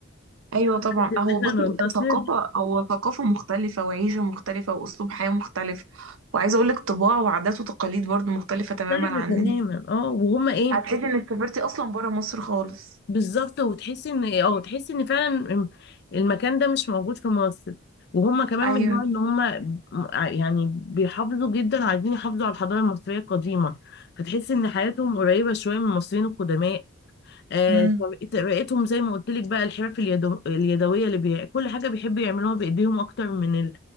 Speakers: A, on the right; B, on the left.
A: ايوه طبعا
B: ان
A: هو بصي
B: احنا ننتصر
A: ثقافه او ثقافه مختلفه وعيشه مختلفه واسلوب حياه مختلف وعايزه اقول لك طباع وعادات وتقاليد برضو مختلفه تماما
B: مختلفة
A: عننا
B: تماما اه وهما ايه
A: هتحسي انك سافرتي اصلا بره مصر خالص
B: بالظبط وتحسي ان إيه، اه تحسي ان فعلا المكان ده مش موجود في مصر وهما كمان
A: ايوه
B: من النوع ان هما ع- يعني بيحافظوا جدا عايزين يحافظوا على الحضارة المصرية القديمة فتحسي ان حياتهم قريبة شوية من المصريين القدماء آه،
A: امم
B: طريقة- طريقتهم زي ما قلت لك بقى الحرف اليدو... اليدوية اللي بي... كل حاجة بيحبوا يعملوها بإيديهم أكتر من ال...